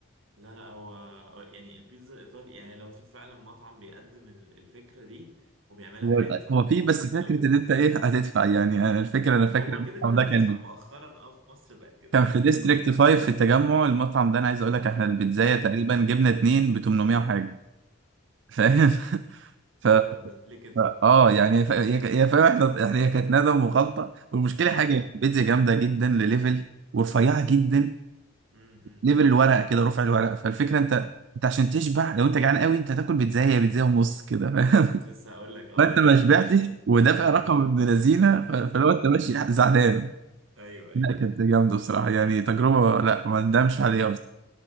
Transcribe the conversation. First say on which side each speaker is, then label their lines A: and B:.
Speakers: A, on the right (about 85°); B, on the right (about 60°).
A: لا لا هو هو يعني البيتزا الايطالي يعني لو في فعلا مطعم بيقدم ال- الفكره دي وبيعملها
B: هو
A: حلو فانت
B: هو
A: هتتبسط
B: في بس فكرة
A: قوي طبعا
B: ان انت ايه هتدفع يعني انا الفكرة انا فاكر
A: هو
B: المطعم
A: كده كده
B: ده
A: هتدفع
B: كان
A: مؤخرا اه في مصر بقت كده
B: كان
A: كده
B: في
A: هتدفع
B: ديستريكت
A: يعني
B: 5 في التجمع المطعم ده انا عايز اقول لك احنا البيتزايه
A: امم
B: تقريبا جبنا اتنين ب 800 وحاجه فاهم <laughs> ف
A: ايه
B: ف-
A: الرقم ده ليه كده
B: اه يعني ف... هي ك- هي فاهم احنا احنا هي كانت ندم وخلطه والمشكله
A: امم
B: حاجه إن البيتزا جامده جدا لليفل ورفيعه جدا
A: امم امم
B: ليفل
A: أمم.
B: الورقه كده رفع الورقه فالفكره انت انت عشان تشبع لو انت جعان قوي انت هتاكل بيتزايه هي بيتزايه ونص كده فاهم
A: كنت
B: <laughs>
A: لسه هقول لك اه
B: فانت
A: يعني
B: ما شبعتش
A: ما فيش
B: ودافع
A: امم
B: رقم ابن لذينه ف... فلو انت ماشي زعلان
A: <laughs> ايوه ايوه
B: لا كانت
A: ايوه
B: جامده بصراحه يعني تجربه لا ما ندمش عليها